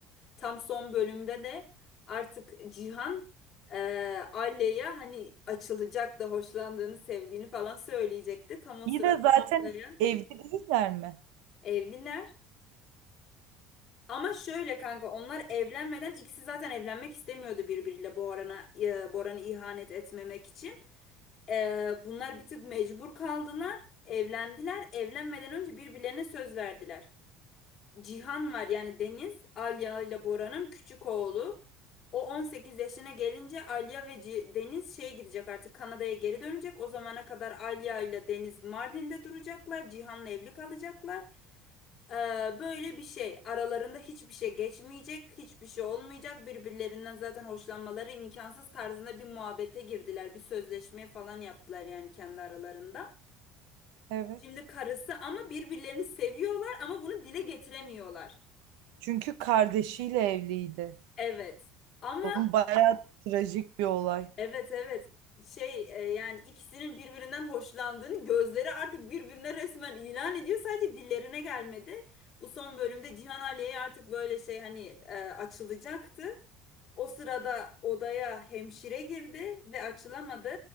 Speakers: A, on the left; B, on the right.
A: Tam son bölümde de artık Cihan eee Alya'ya hani açılacak da hoşlandığını, sevdiğini falan söyleyecekti. Tam o
B: İyi
A: sırada
B: de zaten
A: Olga'ya
B: evli değiller mi?
A: evliler. Ama şöyle kanka onlar evlenmeden ikisi zaten evlenmek istemiyordu birbiriyle Boran'a e, Boran'ı ihanet etmemek için. Eee, bunlar bir tık mecbur kaldılar. Evlendiler. Evlenmeden önce birbirlerine söz verdiler. Cihan var yani Deniz Alya ile Bora'nın küçük oğlu. O 18 yaşına gelince Alya ve Ci- Deniz şeye gidecek artık Kanada'ya geri dönecek. O zamana kadar Alya ile Deniz Mardin'de duracaklar. Cihan'la evli kalacaklar. Ee, böyle bir şey. Aralarında hiçbir şey geçmeyecek, hiçbir şey olmayacak. Birbirlerinden zaten hoşlanmaları imkansız tarzında bir muhabbete girdiler. Bir sözleşme falan yaptılar yani kendi aralarında.
B: Evet.
A: Şimdi karısı ama birbirlerini seviyorlar ama bunu dile getiremiyorlar.
B: Çünkü kardeşiyle evliydi.
A: Evet. Ama
B: Onun bayağı trajik bir olay.
A: evet evet şey e, yani ikisinin birbirinden hoşlandığını gözleri artık birbirine resmen ilan ediyor. Sadece dillerine gelmedi. Bu son bölümde Cihan Aliye'ye artık böyle şey hani e, açılacaktı. O sırada odaya hemşire girdi ve açılamadı.